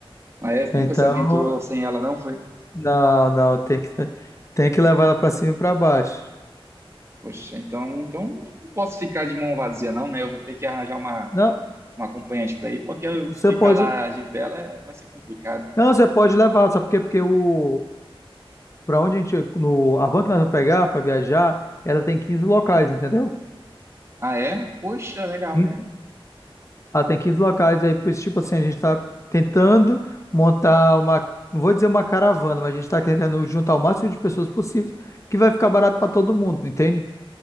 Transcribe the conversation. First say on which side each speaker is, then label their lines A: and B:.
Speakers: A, on the right; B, on the left.
A: Ah, é?
B: Então,
A: Nunca se aventurou sem ela, não foi?
B: não, não, tem que, tem que levar ela pra cima e pra baixo.
A: Poxa, então, então não posso ficar de mão vazia, não, né? Eu vou ter que arranjar uma
B: Não,
A: um acompanhante para ir, porque eu
B: você
A: ficar
B: pode,
A: lá de vela é- vai ser complicado.
B: não, você pode levar, sabe por quê? Porque o, Para onde a gente, no, a van que nós vamos pegar para viajar, ela tem 15 locais, entendeu?
A: Ah, é? Poxa, legal,
B: Eita.
A: é.
B: Ela tem 15 locais, aí, pois, tipo assim, a gente está tentando montar uma, não vou dizer uma caravana, mas a gente está tentando juntar o máximo de pessoas possível, que vai ficar barato para todo mundo, entende?